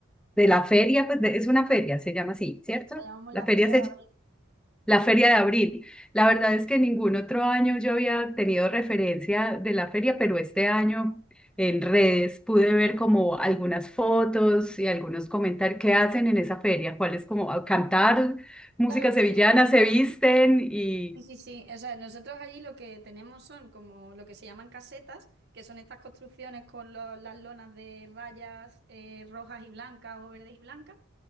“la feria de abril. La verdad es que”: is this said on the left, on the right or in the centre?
Centre